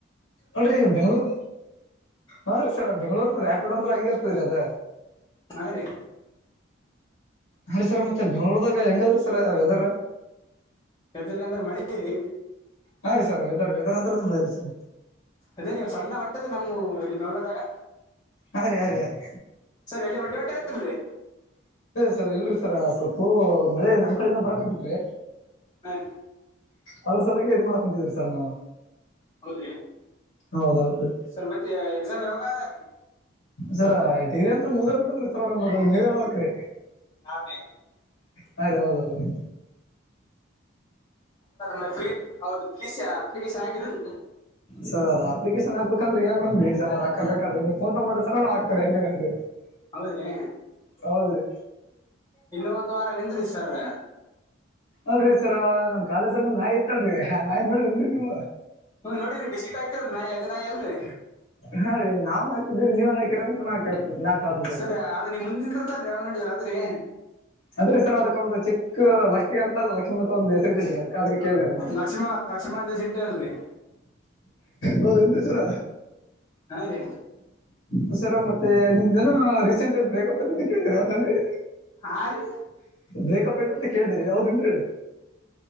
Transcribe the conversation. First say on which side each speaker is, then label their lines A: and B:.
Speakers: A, on the left; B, on the left.
A: ಅಲ್ೀ ಈಗ ಬೆಂಗ್ಳೂರ್ ಹಾ್ರೀ ಸರ್ ಬೆಂಗ್ಳೂರ್ ರ್ಯಾಪಿಡ್ ಅಂದ್ರ ಹಂಗ ಆರ್ತದ್ರೀ ಅದ
B: ಹಾ ರೀ
A: ಹ ರೀ ಸರ್ ಮತ್ತೆ ಬೆಂಗಳೂರ್ದಾಗ ಹೆಂಗಲ್ರಿ ಸರ್ ವೆದರ್
B: ಹೆ್ದರಿ ಅಂದ್ರ ಮಳೆ ಇರಿ
A: ಹರಿ ವೆಟ್ಟೋರಿ ಅಂತದ್ದರಿ ಸರ್
B: ಅದೇ ರೀ ಸಣ್ಣ ಒಂಟದ ನಮ್ಮ್ ಇಲ್ಲಿ ಗಂಗಳರಾಗ
A: ಅರಿ ಅರಿ ಅರಿ
B: ಸರ್ ಎಲ್ಲಿ ಬಡ್ಡಿ ಹೊಂಟ ಐತಿಲ್ರಿ
A: ಸರ್ ಇಲ್ರರಿ ಸರ ಸ್ವಲ್ಪ ಮಳೆ ನಮ್ ಕಡಿಂದ ಬರಕ್ಂಂತಿತ್ರಿ
B: ಹೇನ್
A: ಅದ್ರ ಸಲಾಗಿ ಎದ ಮಾಡಕ ಕುೊಂತಿದ್ರಿ ಸರ್ ನಾವು
B: ಹೌದ್ರಿ
A: ಹೌದೌದುೀ
B: ಸರ್ ಮತ್ತೆ ಎಕ್ಸಾಮ್ ಹೋಗಾದ ರೀ
A: ಸರ ಡಿಗ್ರಿ ಅಂತತ್ ಮುಗದೋಗ್ಬಿಡದ್ರಿ ಸರ್ ನಮದು ನೀವ್ ಹೇಳ್ಬೇಕ್ರಿ
B: ನಾವೀ
A: ಹಾ ರ ಹೌದೌ್ರೀ
B: ಮತ್ತ ಹೌದು ಪಿಸಿ ಅಪ್ಲಿಕೇಶನ್ ಆಗಿದ
A: ಸರ್ ಅದ ಅಪ್ಲಿಕೇಶನ್ ಹಾಕ್ಬೇಕಂದ್ರೆ ಏನ್ ಮಾಡ್ ಬಿಡಿ ಸ ಅದ ಹಾಕಬೇಕ ನೀವು ಸ್ವಂತ ಅಮಾಡಿದ್ರೆ ಹಾಕೋ
B: ಹೌದ್ರಿ
A: ಹೌದ್ರಿ
B: ಇನ್ನು ಒಂದ್ ವಾರ ನಿಂದ್ರರಿ ಸರ್
A: ಅಲ್ರರಿ ಸರ ನಮ್ ಕಾಲೇಜಗ್ ನಾಯ್ ಇತ್ತಾಳ್ರಿ ನಾಯಿ ನೋಡನ್ರಿ ನೀವವು
B: ಹ್ಮ್ ನೋಡರಿ ಬ್ಕಿಟ್ ಆಗ್ತಿಲ್ರಿ ನಾಯಿ ಅದ ನಾಯ ಅಲ್ರಿ
A: ಹಾ ರೀ ನಾವ್ ಹಾತಿದೀ ನೀವನ್ ಹಾಕಿರಿ ಅಂತ ನಾ ಕ ನಾ ಕಾಕಂತೀ
B: ಸರಿ ಅದ ಮುಂದಿನ ಅವ್ ನಡಿದ ಆದ್ರೆ
A: ಆದದ್ರೆ ಸರ್ ಅದಕ್ಕೊಂದು ಚಿಕ್ಕ ಲಕ್ಕಿ ಅಂತ ಅಲ್ಲ ಲಕ್ಕ್ಮಿ ಅಂತ ಒಂದು ಹೆಸರುರಿಟ್ಟಿದ್ದಿರಿ ಅದಕ್ಕೆ ಅದಕ್ಕೆ ಕೇಳಳ್ಾರೆ
B: ಲಕ್ಷ್ಮ ಲಕ್ಷ್ಮ ಅಂತ ಇಟ್ರಿ ಅಲ್ರರಿ
A: ಹೌದು ಎಂತಸರ
B: ಹಾ ರೀ
A: ಹಸರ ಮತ್ತೆ ನಿಮ್ದೇನ ರೀಸೆಂಟ್ಗಿ ಬ್ರೇಕಪ್ ಕೇಳರಿ ಅವತ್ತನ್ರಿ
B: ಹಾ ರೀ
A: ಬೇಕಪ್ಪ ತ ಅಂತ ಕೇಳ್ದರಿ ಯಾವ್ದನ್ ಹೇಳ